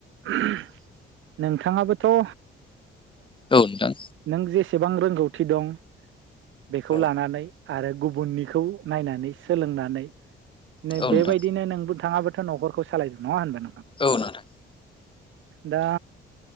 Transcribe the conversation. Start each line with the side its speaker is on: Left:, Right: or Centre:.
Right: ओम नोंथाङाबोथ ओ
Left: औ नोंथां
Right: नों जे बेसेबां रोंगौथि दं बेखौ
Left: औ
Right: लानानै आरो गुबुननिखौ नायनानै सोलोंनानै नै
Left: औ नोंथां
Right: बेबायदिनो नोंबो थाङाबोथ' न'खरखौ सालायगोन नङा होनबा नोंथां
Left: औ नोंथां
Right: दा